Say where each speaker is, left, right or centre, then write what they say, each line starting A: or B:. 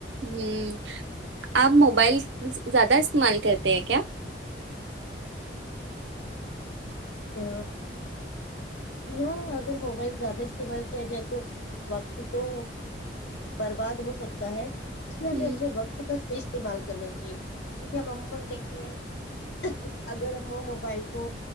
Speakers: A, on the right; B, on the left.
A: ہوں آپ موبائل زیادہ استعمال کرتے ہیں کیا
B: او جی ہاں اگر موبائل زیادہ استعمال کیا جائے تو وقت تو برباد ہو سکتا ہے اس
A: ہوں،
B: لیے ہمیں اپنے وقت کا صحیح استعمال کرنا چاہیے کیونکہ ہم عمومادیکھتے ہیں اگر ہم وہ موبائل کو